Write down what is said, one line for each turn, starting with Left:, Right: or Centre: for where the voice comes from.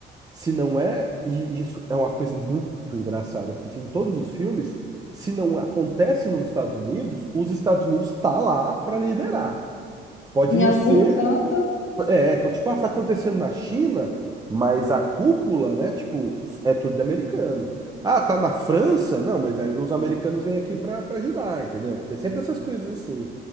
Right: se não é, e isso é uma coisa muito engraçada, porque assim, em todos os filmes, se não acontece nos Estados Unidos, os Estados Unidos tá lá para liderar. Pode
Left: Em
Right: não
Left: algum
Right: ser,
Left: canto,
Right: é, então tipo, ah, tá acontecendo na China, mas a cúpula, né, tipo, é tudo de americano. Ah, tá na França? Não, mas aí os americanos vêm aqui para ajudar, entendeu? Tem sempre essas coisas assim.